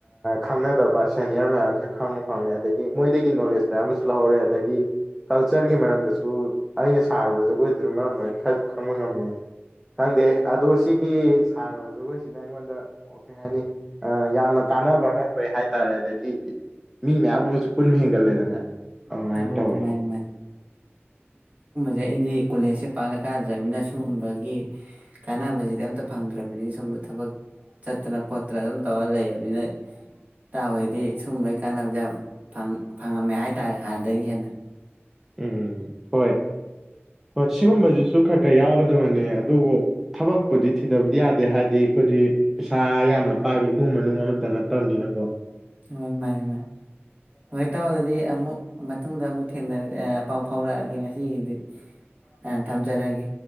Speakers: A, in the centre; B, on the right.
A: ꯈꯪꯅꯗꯕ ꯁꯦꯅꯤꯌꯔ ꯃꯌꯥꯝꯁꯨ ꯈꯪꯉꯨ ꯐꯪꯉꯦ ꯑꯗꯒꯤ ꯃꯣꯏꯗꯒꯤ ꯅꯣꯂꯦꯁ ꯃꯌꯥꯝ ꯑꯃꯁꯨ ꯂꯩꯍꯧꯔꯦ ꯇꯗꯒꯤ ꯀꯜꯆꯔꯒꯤ ꯃꯔꯝꯗꯁꯨ ꯑꯩꯅ ꯁꯥꯔꯨꯕ ꯖꯒꯣꯏꯗꯨꯅ ꯃꯔꯝ ꯑꯣꯏꯔ ꯈꯔꯁꯨ ꯈꯪꯕ ꯉꯝꯃꯦ ꯈꯪꯗꯦ ꯑꯗꯣ ꯁꯤꯒꯤ ꯁꯥꯔꯨꯕ ꯖꯒꯣꯏ ꯁꯤꯅ ꯑꯩꯉꯣꯟꯗ ꯑꯣ ꯀꯩꯍꯥꯏꯅꯤ ꯑ ꯌꯥꯝꯅ ꯀꯥꯟꯅꯕ ꯑꯃ ꯍꯥꯏꯇꯥꯔꯦ ꯑꯗꯒꯤ ꯃꯤ ꯃꯌꯥꯝ ꯑꯃꯁꯨ ꯄꯨꯟꯕ ꯍꯦꯟꯒꯠꯂꯦꯗꯅ ꯑꯗꯨꯃꯥꯏꯟ
B: ꯍꯣꯏ
A: ꯇꯧꯋꯦ
B: ꯃꯥꯅꯤ ꯗꯩ ꯑꯩꯗꯤ ꯀꯣꯂꯦꯖꯁꯦ ꯄꯥꯛꯅ ꯀꯥꯗ꯭ꯔꯝꯤꯅ ꯁꯨꯝꯕꯒꯤ ꯀꯥꯟꯅꯕꯁꯤꯗ ꯑꯝꯇ ꯐꯪꯗ꯭ꯔꯕꯅꯤꯅ ꯁꯣꯝꯗ ꯊꯕꯛ ꯆꯠꯇꯅ ꯈꯣꯠꯇꯅ ꯑꯗꯨꯝ ꯇꯧꯔ ꯂꯩꯔꯝꯤꯅ ꯏꯇꯥꯑꯣ ꯍꯣꯏꯗꯤ ꯁꯨꯝꯕꯩ ꯀꯥꯟꯅꯕꯁꯦ ꯐꯪ ꯐꯪꯉꯝꯃꯦ ꯍꯥꯏꯇꯥꯔꯦ ꯍꯥꯟꯅꯗꯒꯤ ꯍꯦꯟꯅ
A: ꯎꯝ ꯍꯣꯏ ꯍꯣꯏ ꯁꯤꯒꯨꯝꯕꯁꯤꯁꯨ ꯈꯔ ꯈꯔ ꯌꯥꯎꯒꯗꯕꯅꯦ ꯑꯗꯨꯕꯨ ꯊꯕꯛꯄꯨꯗꯤ ꯊꯤꯗꯕꯗꯤ ꯌꯥꯗꯦ ꯍꯥꯏꯗꯤ ꯕꯗꯤ ꯄꯩꯁꯥ ꯌꯥꯝꯅ ꯄꯥꯏꯕ ꯏꯃꯨꯡ ꯃꯅꯨꯡ ꯑꯃꯠꯇ ꯅꯠꯇꯝꯅꯤꯅꯀꯣ
B: ꯍꯣꯏ ꯃꯥꯅꯤ ꯃꯥꯅꯤ ꯍꯣꯏ ꯏꯇꯥꯎ ꯑꯗꯨꯗꯤ ꯑꯃꯨꯛ ꯃꯇꯨꯡꯗ ꯑꯃꯨꯛ ꯊꯦꯡꯔ ꯑ ꯄꯥꯎ ꯐꯥꯎꯔꯛꯑꯒꯦ ꯉꯁꯤꯒꯤꯗꯤ ꯑ ꯊꯝꯖꯔꯒꯦ